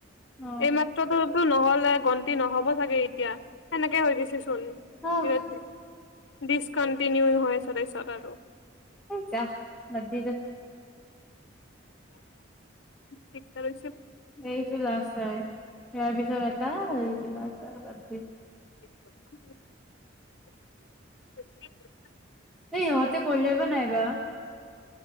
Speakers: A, in the centre; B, on the left (about 75°).
A: অ
B: এইমাত্ৰটো নহ'ল। ত গন্তি নহব চাগে এতিয়া হেনেকে হৈ গছে। চন
A: আহ
B: এয়াত দে ডিছকণ্টিনিউ হৈ আছে তাৰপিছত আৰু
A: এ যা বাদ দে যা।
B: <unintelligible>
A: এইটো লাষ্ট তাই ইয়াৰ পিছৰ এটা ৰিল তুলা আছে। আ
B: <unintelligible> <inaudible>
A: এই ইহঁতে কৰিলে বা নাইবা।